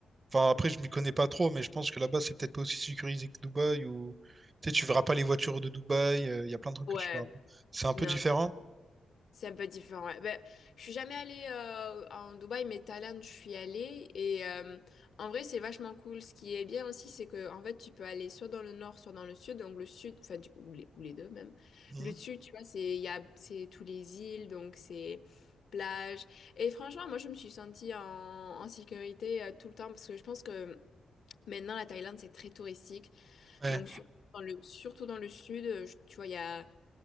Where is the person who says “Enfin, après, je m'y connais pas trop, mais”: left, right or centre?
Right